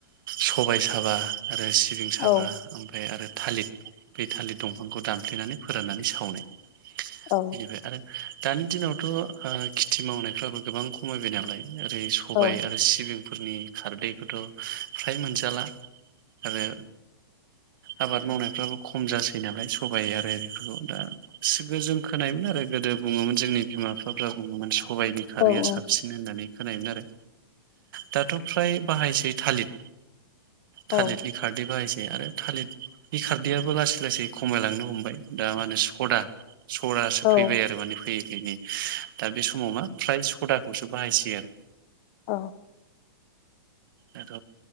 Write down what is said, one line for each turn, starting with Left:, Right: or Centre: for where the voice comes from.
Right: सबाय साबा आरो सिबिं
Left: औ
Right: साबा ओमफ्राय आरो थालिर बे थालिर दंफांखौ दानफ्लेनानै फोराननानै सावनाय
Left: औ
Right: बिनिफाय आरो दानि दिनाव थ ओ खेथि मावनायफ्राबो गोबां खमायबाय नालाय ओरै सबाय
Left: औ
Right: आरो सिबिं फोरनि खारदैखौथ फ्राय मोनजाला आरो आबाद मावनायफ्राबो खम जासै नालाय सबाइ आरो बेफोरखौ दा सिगां जों खोनायोमोन आरो गोदो बुङोमोन जोंनि बिमाफ बिफाफ्रा बुङोमोन स सबाइनि
Left: औ
Right: खारैया साबसिन होननानै खोनायोमोन आरो दाथ फ्राय बाहायसै थालिर
Left: औ
Right: थालिरनि खारदै बाहायसै आरो थालिरनि खारदैयाबो लासै लासै खमायलांनो हमबाय दा मा होनो सदा सदासो
Left: औ
Right: फैबाय आरो माने फैयो बेनि दा बे समाव मा फ्राय सदाखौसो बाहायसै आरो
Left: औ
Right: दाथ